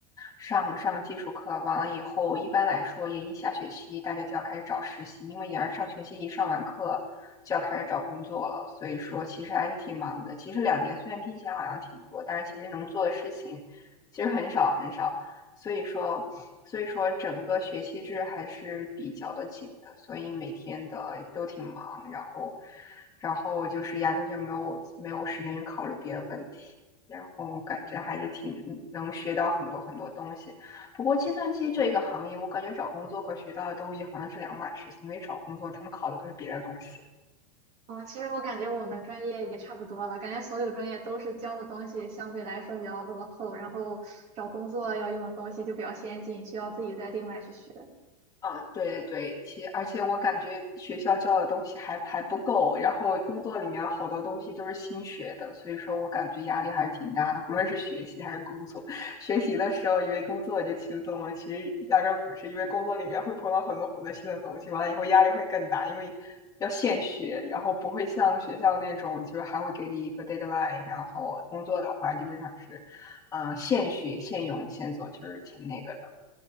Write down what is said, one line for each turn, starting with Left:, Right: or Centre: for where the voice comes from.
Left: 上上基础课，完了以后，一般来说，研一下学期大家就要开始找实习，因为研二上学期一上完课就要开始找工作了，所以说其实还是挺忙的。其实两年虽然听起来好像挺多，但是其实能做的事情其实很少很少。所以说，所以说整个学期制还是比较的紧的，所以每天的都挺忙，然后，然后就是压根就没有没有时间去考虑别的问题，然后感觉还是挺能学到很多很多东西。不过计算机这一个行业，我感觉找工作和学到的东西好像是两码事情，因为找工作他们考的都是别的东西。
Right: 哦，其实我感觉我们专业也差不多了，感觉所有专业都是教的东西相对来说比较落后，然后找工作要用的东西就比较先进，需要自己再另外去学。
Left: 啊，对对，其而且我感觉学校教的东西还还不够，然后工作里面好多东西都是新学的，所以说我感觉压力还是挺大的，不论是学习还是工作。学习的时候以为工作就轻松了，其实压根儿不是，因为工作里面会碰到很多很多新的东西，完了以后压力会更大，因为要现学，然后不会像学校那种就是还会给你一个 deadline，然后工作的话基本上是，嗯、现学现用现做，就是挺那个的。